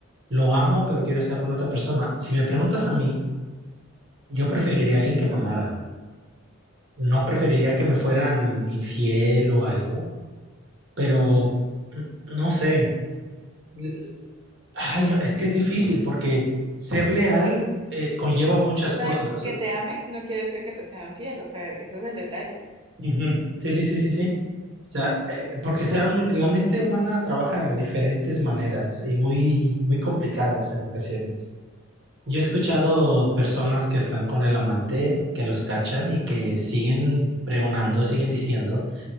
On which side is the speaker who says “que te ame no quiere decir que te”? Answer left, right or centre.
Right